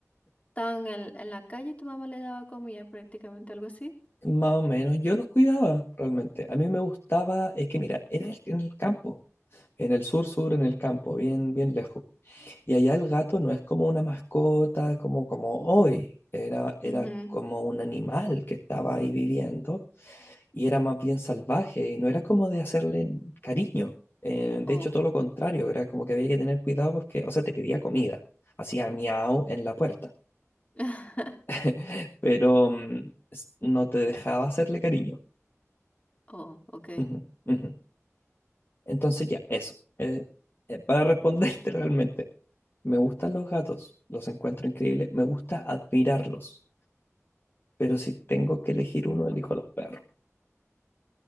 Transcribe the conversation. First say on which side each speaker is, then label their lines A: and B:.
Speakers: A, on the left; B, on the left.
A: estaban en, en la calle y tu mamá le daba comida prácticamente, algo así?
B: Más o menos. Yo los cuidaba realmente. A mí me gustaba, es que mira, era el- en el campo. En el sur sur, en el campo, bien, bien lejos. Y allá el gato no es como una mascota, como, como hoy. Era, era
A: Ujú.
B: como un animal que estaba ahí viviendo y era más bien salvaje y no era como de hacerle cariño. Eh, de
A: Oh.
B: hecho, todo lo contrario, era como que había que tener cuidado porque, o sea, te pedía comida, hacía miau en la puerta,
A: <laughs>
B: <laughs> pero mm, s- no te dejaba hacerle cariño.
A: Oh, ok.
B: Ujú, ujú. Entonces ya, eso. Eh, eh, para responderte <laughs> realmente, me gustan los gatos, los encuentro increíbles, me gusta admirarlos, pero si tengo que elegir uno, elijo a los perros.